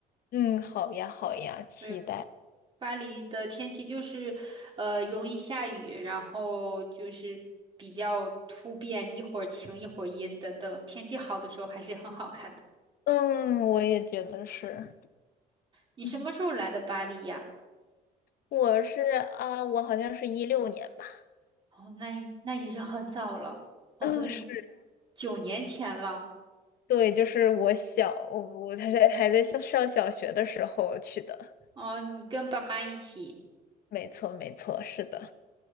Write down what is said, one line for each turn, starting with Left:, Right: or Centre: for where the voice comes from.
Left: 嗯，好呀，好呀，期待。
Right: 对，巴黎的天气就是，呃，容易下雨，然后就是比较突变，一会儿晴一会儿阴的。等天气好的时候还是很好看的。
Left: 嗯，我也觉得是。
Right: 你什么时候来的巴黎呀？
Left: 嗯，我是啊，我好像是一六年吧。
Right: 哦，那那也是很早了，好多年
Left: 嗯，是。
Right: 九年前了。
Left: 对，就是我小，我我他在还在上上小学的时候去的，
Right: 哦，你跟爸妈一起，
Left: 没错没错，是的。